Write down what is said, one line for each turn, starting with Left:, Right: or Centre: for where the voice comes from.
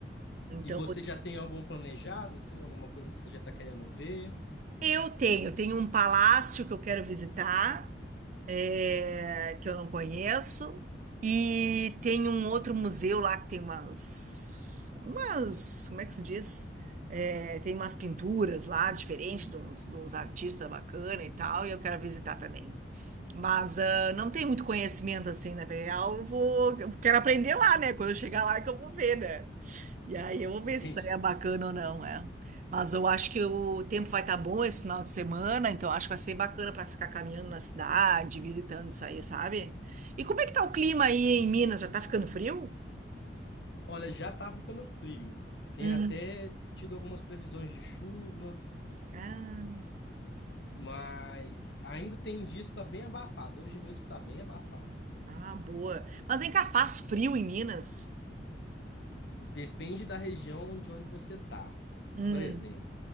Right: Então
Left: E você já tem algum planejado, assim, alguma coisa que você já está querendo ver?
Right: Eu tenho, tenho um palácio que eu quero visitar, eh, que eu não conheço, e tem um outro museu lá que tem umas, umas, como é que se diz? Eh, tem umas pinturas lá, diferentes de uns, de uns artistas bacana e tal, e eu quero visitar também. Mas ah, não tem muito conhecimento assim, na real, eu vou, eu quero aprender lá, né? Quando eu chegar lá é que eu vou ver, né? E aí eu vou
Left: Entendi.
Right: ver se isso aí é bacana ou não, é. Mas eu acho que o tempo vai estar bom esse final de semana, então acho que vai ser bacana para ficar caminhando na cidade, visitando isso aí, sabe? E como é que tá o clima aí em Minas? Já tá ficando frio?
Left: Olha, já tá ficando frio. Tem
Right: Hum.
Left: até tido algumas previsões de chuva,
Right: Ah,
Left: mas ainda tem dias que tá bem abafado. Hoje mesmo tá bem abafado.
Right: ah, boa. Mas vem cá, faz frio em Minas?
Left: Depende da região de onde você tá.
Right: Hum,
Left: Por exemplo,